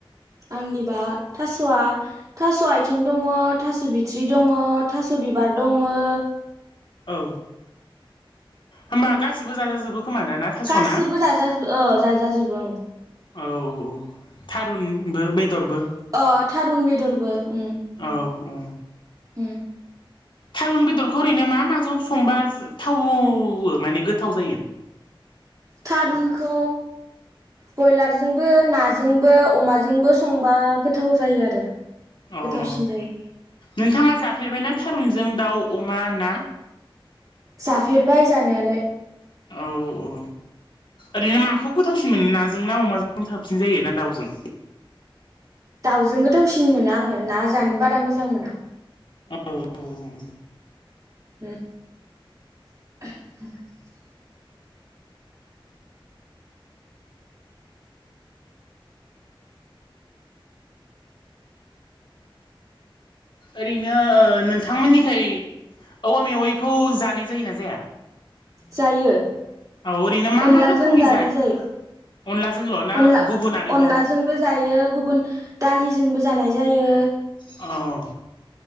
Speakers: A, on the right (about 40°); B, on the left (about 60°).
A: आंनिबा थास'आ थास' आथिं दंङ थास' बिथ्रि दङ थास' बिबार दङो
B: औ होमबा गासिबो जाजाजोबो खोमा दा ना थास'ना
A: गासिबो जाजा औ जाजाजोबो ओं।
B: औ थारुनबो बे दरबो
A: अ थारुन बेदरबो उम
B: औ औ
A: उम
B: थारुन बेदरखौ ओरैनो मा माजों संबा थावो माने गोथाव जायो?
A: थारुनखौ बयलारजोंबो नाजोंबो अमाजोंबो संबा गोथाव जायो आरो।
B: अ'
A: गोथावसिन
B: औ
A: जायो
B: नोंथाङा जाफेरबायना थारुनजों दाउ अमा ना?
A: जाफेरबाय जानायालाय।
B: औ औ ओरैनो माखौ गोथावसिन मोनो ना जों ना अमाजों साबसिन जायो ना दाउजों?
A: दाउजों गोथावसिन मोनो आङो ना जानो बारा मोजां मोना।
B: औ उम
A: उम <inaudible>
B: ओरैनो ओ नोंथांमोननिखै औवा मेवाइखौ जानाय जायोना जाया?
A: जायो
B: औ ओरैनो मा
A: अनलाजों
B: मा रोखोमनि
A: जानाय जायो।
B: अनलाजोंल' ना
A: अनला
B: गुबुन आरोबाव
A: अनलाजोंबो जायो गुबुन दालिजोंबो जानाय जायो।
B: औ